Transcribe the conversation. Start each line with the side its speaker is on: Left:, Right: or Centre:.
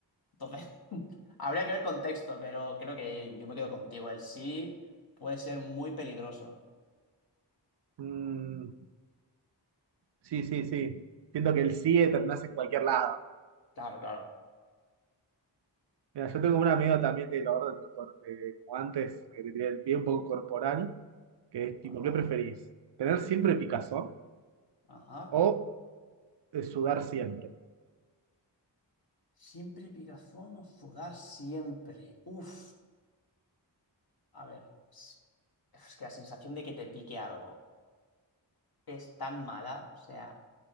Left: Entonces, <laughs> habría que ver contexto, pero creo que yo me quedo contigo. El sí puede ser muy peligroso.
Right: Mm, sí, sí, sí. Siento que el sí terminás en cualquier lado.
Left: Claro, claro.
Right: Mira, yo tengo un amigo también del orden, de cor- de- como antes, que tenía el pie un poco corporal. que es tipo,
Left: Ajá,
Right: ¿qué preferís? ¿Tener siempre picazón
Left: ajá.
Right: o eh, sudar siempre?
Left: Siempre picazón o sudar siempre. Uf. A ver, es es que la sensación de que te pique algo es tan mala, o sea.